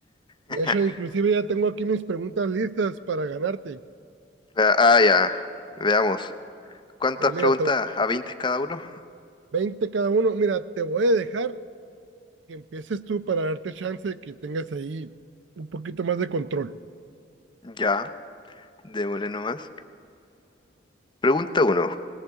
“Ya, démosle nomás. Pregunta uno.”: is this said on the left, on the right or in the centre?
Left